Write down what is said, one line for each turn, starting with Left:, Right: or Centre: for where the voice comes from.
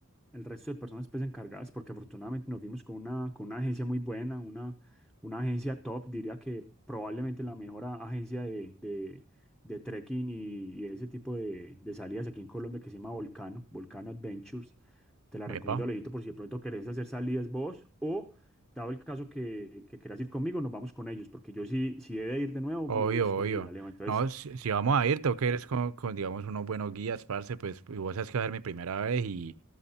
Centre: el resto de personas pues encargadas, porque afortunadamente nos vimos con una, con una agencia muy buena, una, una agencia top, diría que probablemente la mejor a- agencia de, de trekking y, y ese tipo de, de salidas aquí en Colombia que se llama Volcano, Volcano Adventures. Te la
Right: Epa.
Centre: recomiendo, Alejito, por si de pronto querés hacer salidas vos o, dado el caso que, que quieras ir conmigo, nos vamos con ellos, porque yo sí, si he de ir de nuevo,
Right: Obvio,
Centre: me voy es con
Right: obvio.
Centre: ellos, Alejo. Entonces,
Right: No, si, si vamos a ir, tengo que ir es con, con, digamos, unos buenos guías, parce, pues, y vos sabes que va a ser mi primera vez y,